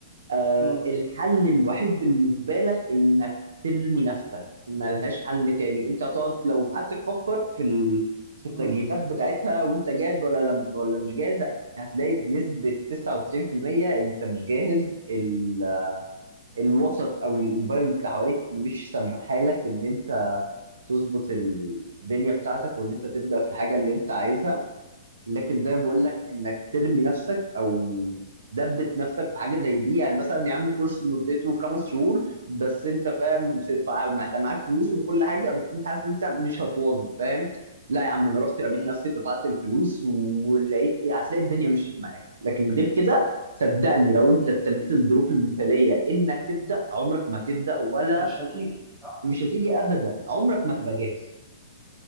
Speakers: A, on the right (about 75°); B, in the centre.
A: آه
B: مم،
A: الحل الوحيد بالنسبة لك إنك ترمي نفسك ملهاش حل تاني أنت تقعد لو قعدت تفكر في ال... في التجهيزات
B: مم،
A: بتاعتها وأنت جاهز ولا لم... ولا مش جاهز هتلاقي بنسبة 99% أنت مش جاهز ال... الوسط أو الانفايرمنت اللي حواليك مش سامحالك إن أنت تظبط الدنيا بتاعتك وإن أنت تبدأ في الحاجة اللي أنت عايزها لكن زي
B: مم،
A: ما بقول لك انك ترمي نفسك او دبت نفسك في حاجه زي دي يعني مثلا يا عم كورس مدته خمس شهور بس انت فاهم وبتدفع ومحتاج معاك فلوس وكل حاجه بس انت حاسس ان انت مش هتواظب فاهم لا يا عم انا رحت رميت
B: مم،
A: نفسي دفعت الفلوس ولقيت ايه هتلاقي الدنيا مشيت معاك لكن غير كده صدقني لو انت
B: مم.
A: استنيت الظروف المثاليه انك تبدا عمرك ما تبدا ولا
B: مش هتيجي صح؟
A: مش هتيجي ابدا عمرك ما تبقى جاهز